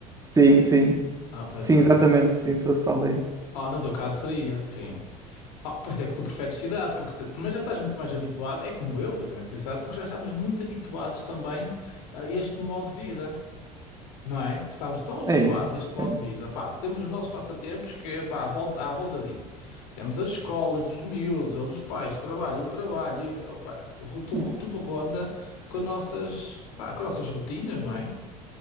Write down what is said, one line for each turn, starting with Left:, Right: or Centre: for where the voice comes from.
Right: Sim, sim.
Left: Ah, pois
Right: Sim,
Left: é.
Right: exatamente. Sim, se fosse para a aldeia.
Left: Ah, no teu caso seria, sim. Ah, por isso é que tu preferes cidade, porque te- primeiro já estás muito mais habituado, é como eu, eu também fui cidade, porque já estávamos muito habituados também a este modo de vida. não é? Estamos tão habituados
Right: É isso,
Left: a este
Right: sim,
Left: modo de vida. Pá, temos os nossos passatempos que vá à volta, à volta disso. Temos as escolas dos miúdos ou dos pais, trabalho, o trabalho, e, pá, ru- tudo,
Right: é
Left: tudo
Right: isso.
Left: ronda com nossas, pá, com nossas rotinas, não é?